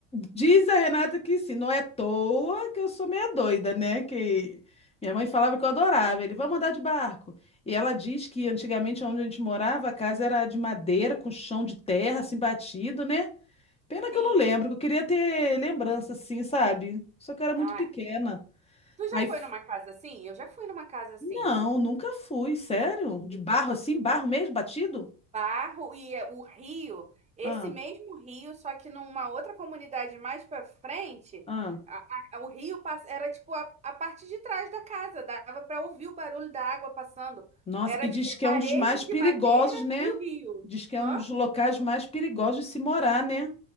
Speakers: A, on the left (about 15°); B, on the right (about 15°).
A: diz a Renata que sim, não é à toa que eu sou meia doida, né? Que minha mãe falava que eu adorava. Ele, vamos andar de barco. E ela diz que antigamente onde a gente morava, a casa era de madeira, com chão de terra, assim, batido, né? Pena
B: Sim.
A: que eu não lembro, que eu queria ter lembrança, assim, sabe? Só que eu era muito
B: Ah,
A: pequena.
B: Tu
A: Aí,
B: já foi
A: f-
B: numa casa assim? Eu já fui numa casa assim.
A: não, nunca fui, sério? De barro
B: Fui,
A: assim,
B: fui
A: barro
B: em
A: mesmo, batido?
B: Barro e é, o Rio, esse
A: Ah,
B: mesmo Rio, só que numa outra comunidade mais pra frente,
A: ah.
B: a- a- o Rio pass- era tipo a, a parte de trás da casa, dava pra ouvir o barulho da água passando.
A: Nossa,
B: Era
A: e diz
B: tipo
A: que
B: a parede
A: é um dos mais perigosos,
B: de madeira
A: né?
B: e o rio.
A: Diz que é
B: Hã?
A: um dos locais mais perigosos de se morar, né?